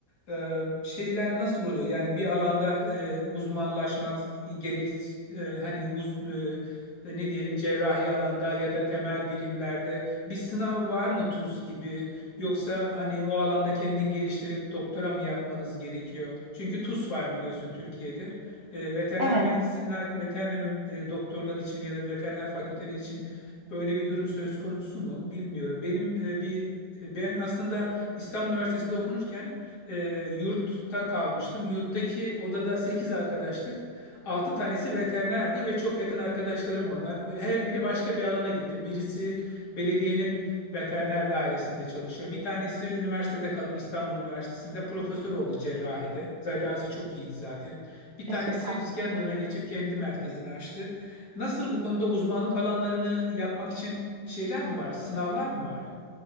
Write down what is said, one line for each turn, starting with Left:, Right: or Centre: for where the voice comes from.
Left: e, şeyler nasıl oluyor? Yani bir alanda e, uzmanlaşmak gerek e, hani uz, e, e, ne diyelim cerrahi alanda ya da temel bilimlerde bir sınav var mı TUS gibi yoksa hani o alanda kendin geliştirip doktora mı yapmanız gerekiyor? Çünkü TUS var biliyorsun Türkiye'de. E, veteriner
Right: Evet,
Left: medisinler, veteriner e, doktorlar için ya da veteriner fakülteleri için Böyle bir durum söz konusu mu bilmiyorum. Benim e, bir e, ben aslında İstanbul Üniversitesi'nde okunurken e, yurtta kalmıştım. Yurttaki odada 8 arkadaştık. 6 tanesi veterinerdi ve çok yakın arkadaşlarım onlar. Her biri başka bir alana gitti. Birisi belediyenin veteriner dairesinde çalışıyor. Bir tanesi üniversitede kalıp İstanbul Üniversitesi'nde profesör oldu cerrahide. Cerrahisi çok iyiydi zaten. Bir
Right: e,
Left: tanesi
Right: süper.
Left: İskenderun'a geçip kendi merkezini açtı. Nasıl bu konuda uzmanlık alanlarını yapmak için şeyler mi var, sınavlar mı var?